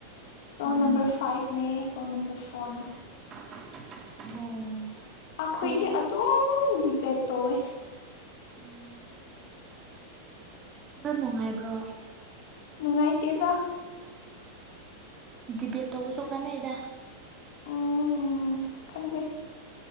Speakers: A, on the left (about 50°); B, on the right (about 25°).
A: ꯔꯣꯜ
B: ꯎꯝ
A: ꯅꯝꯕꯔ ꯐꯥꯏꯚꯅꯦ ꯔꯣꯜ ꯅꯝꯕꯔ ꯐꯣꯔꯅꯦ
B: <unintelligible>
A: ꯑꯈꯣꯏꯗꯤ
B: ꯐꯩ
A: ꯑꯗꯨꯝ ꯗꯤꯕꯦꯠ ꯇꯣꯋꯦ
B: ꯎꯝ ꯗꯨ ꯅꯨꯡꯉꯥꯏꯕ꯭ꯔꯣ
A: ꯅꯨꯡꯉꯥꯏꯇꯦꯗ
B: ꯎꯝ ꯗꯤꯕꯦꯠ ꯇꯧꯕꯁꯨ ꯀꯥꯟꯅꯩꯗ
A: ꯎꯝ ꯈꯟꯗꯦ